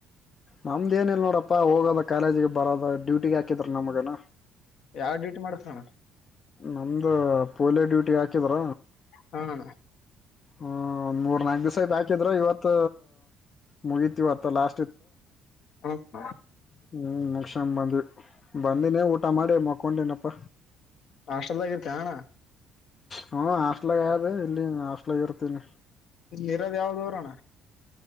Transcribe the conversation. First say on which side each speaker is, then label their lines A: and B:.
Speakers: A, on the left; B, on the left.
A: ನಮ್ದ ಏನ ಇಿಲ್ಲ ನೋಡಪ್ಪಾ ಹೋಗೋದ ಕಾಲೇಜಿಗೆ ಬರೋದ ಡ್ಯೂಟಿಗೆ ಹಾಕಿದ್ರ ನಮ್ಗನ
B: ಯಾವ ಡೀಟ್ ಮಾಡಕಣ
A: ನಮ್ದ ಪೋಲಿಯೋ ಡ್ಯೂಟಿ ಹಾಕಿದ್ರ
B: ಹಾ ಅಣ್ಣ
A: ಹ ಒಂದ್ ಮೂರ್ ನಾಲ್ಕು ದಿವಸ ಐ್ತ ಹಾಕಿದ್ರ ಇವತ್ ಮುಗೀತಿವತ್ತ ಲಾಸ್ಟ್
B: ಹ್ಮ
A: ಹ್ಮ್ ಮುಕ್ಷಾಮ ಬಂದ್ವಿ ಬಂದಿನೇ ಊಟ ಮಾಡಿ ಮ ಕೊೊಂಡನಪ್ಪ
B: ಹಾಸ್ಟೆಲ್ದಾಗ ಇರ್ತ ಅಣ್ಣ
A: ಹ ಹಾಸ್ಟ್ಲಗ ಇಲ್ಲಿ ಹಾಸ್ಟ್ಲಾಗ ಇರ್ತೀನಿ
B: ನೀರ ದ ಯಾವದರಣ